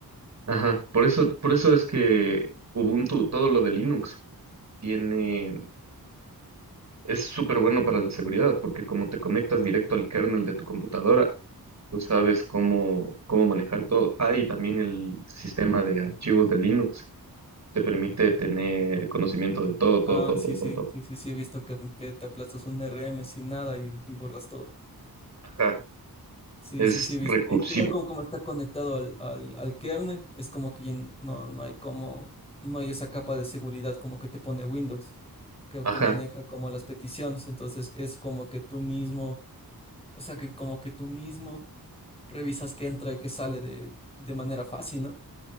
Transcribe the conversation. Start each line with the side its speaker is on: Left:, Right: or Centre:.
Right: Ajá, por eso, por eso es que Ubuntu, todo lo de Linux, tiene Es súper bueno para la seguridad, porque como te conectas directo al kernel de tu computadora, tú sabes cómo, cómo manejar todo. Ah, y también el sistema de archivos de Linux te permite tener conocimiento de todo, todo,
Left: Ah,
Right: todo,
Left: sí,
Right: todo,
Left: sí,
Right: todo, todo.
Left: sí, sí, sí, he visto que, que te aplastas un RM sin nada y, y borras todo.
Right: Ajá,
Left: Sí,
Right: es
Left: sí, sí, he visto.
Right: recursivo.
Left: Y Igual como, como está conectado al, al, al kernel, es como que ya no, no hay como, no hay esa capa de seguridad como que te pone Windows, que
Right: Ajá,
Left: que maneja como las peticiones, entonces es como que tú mismo, o sea que como que tú mismo revisas qué entra y qué sale de, de manera fácil, ¿no?